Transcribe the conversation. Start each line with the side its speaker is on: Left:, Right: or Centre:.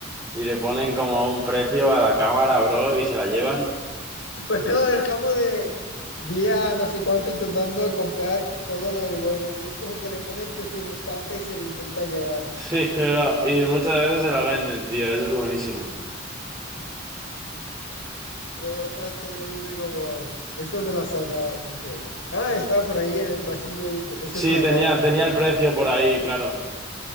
Right: y le ponen como un precio a la cámara, bro, y se la llevan. <laughs>
Left: <laughs> Pero no, el jambo de día no sé cuánto intentando comprar todo lo del Walmart y es como que le pone precio a un estante y se lo intenta llevar.
Right: Sí, bro, y muchas veces se la venden, tío, eso es buenísimo.
Left: Luego otras como que dice como, ¿esto dónde lo has sacado? Y Dice, ah, estaba por ahí en el pasillo, Y dice, esto
Right: Sí,
Left: es una
Right: tenía,
Left: cámara.
Right: tenía el precio por ahí, claro.